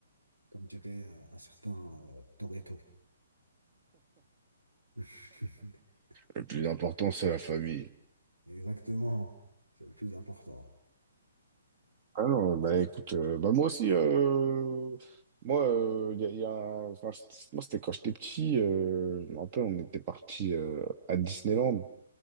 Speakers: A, on the right; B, on the right.
A: Comme dirait euh, un certain euh, Toretto. <laughs>
B: Le plus important, c'est la famille.
A: Exactement, c'est le plus important.
B: Ah non, bah écoute, euh, bah moi aussi, euh, moi, euh, il y a, il y a- enfin, c- moi c'était quand j'étais petit, euh, je me rappelle, on était parti à Disneyland,